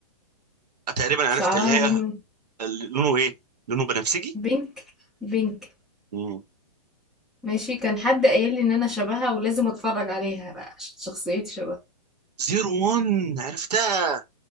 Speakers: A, on the right; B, in the centre.
A: تقريبا
B: شعرها
A: عرفت اللي هي
B: لونه
A: اللي لونه ايه لونه بنفسجي
B: بينك، بينك.
A: امم
B: ماشي كان حد قايل لي ان انا شبهها ولازم اتفرج عليها بقى عشان شخصيتي شبهها
A: زيرو وان عرفتها